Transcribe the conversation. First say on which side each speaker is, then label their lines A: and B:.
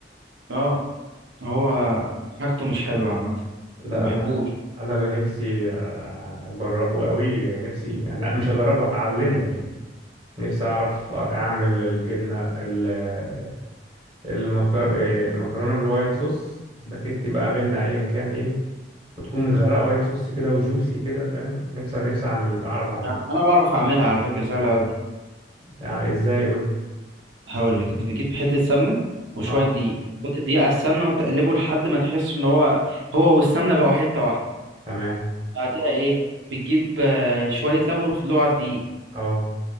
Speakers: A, on the right; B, on the right.
A: اه هو حاجته مش حلوه عامه
B: لا
A: ما بحبوش
B: انا انا اللي نفسي آه، اجربه قوي نفسي يعني لا مش اجربه اتعلمه يعني نفسي اعرف اعمل الجبنه ال- المكر... آه، المكرونه بالوايت صوص سباكيتي بقى بينا ايا كان ايه وتكون متغرقه وايت صوص كده وجوسي كده فاهم نفسي نفسي اعمل اعرف اعملها
A: يعني انا بعرف اعملها على فكره سهله أوي.
B: يعني ازاي قول لي
A: هقول لك انت بتجيب حته سمنه وشويه
B: اه
A: دقيق وتحط الدقيق على السمنه وتقلبه لحد ما تحس ان هو هو والسمنه بقوا حته واحده
B: تمام
A: بعدها ايه بتجيب آه، شويه لبن وتدلقه على الدقيق
B: اه